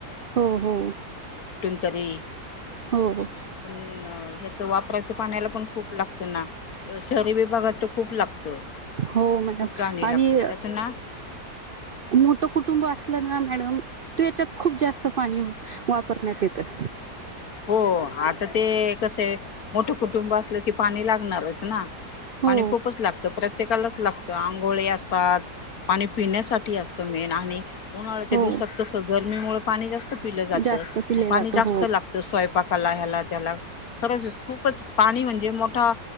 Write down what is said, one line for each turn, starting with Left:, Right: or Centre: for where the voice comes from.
Right: हो हो
Left: री
Right: हो
Left: पण वापराच पाण्याला पण खूप लागतं ना! शहरी विभागात तर खूप लागत
Right: हो मॅडम
Left: खूप प्राणी
Right: आणि
Left: लागत त्याचं ना
Right: मोठं कुटुंब असलं ना मॅडम तू याच्यात खूप जास्त पाणी वापरण्यात येत <unintelligible>
Left: हो आता ते कसं मोठं कुटुंब असलं की पाणी लागणारच ना.
Right: हो
Left: पाणी खूपच लागतं प्रत्येकालाच लागतं आंघोळे असतात, पाणी पिण्यासाठी असतं मेन आणि उन्हाळ्याच्या
Right: हो
Left: दिवसात कसं गरमीमुळे पाणी जास्त पिलं जात
Right: जास्त पिले
Left: पाणी
Right: जातं
Left: जास्त
Right: हो
Left: लागत. स्वयंपाकाला ह्याला त्याला खरंच खूपच पाणी म्हणजे मोठा